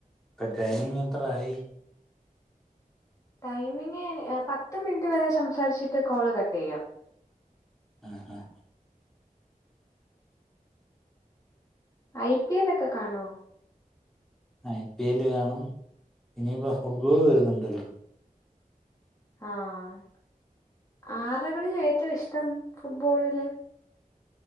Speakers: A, in the centre; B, on the left.
A: ഇപ്പ ടൈമിങ്ങെത്ര ആയി?
B: ടൈമിങ് ഏഹ് പത്ത് മിനിറ്റ് വരെ സംസാരിച്ചിട്ട് കോള് കട്ടെയ്യാം.
A: ആഹ് ആഹ്
B: ഐ പി എല്ലൊക്കെ കാണോ?
A: ഐ പി എല്ല് കാണും. ഇനിയിപ്പോ ഫുട്ബോള് വരുന്നുണ്ടല്ലോ.
B: ആഹ് ആരെ കളിയാഏറ്റെഷ്ടം ഫുട്ബോളില്?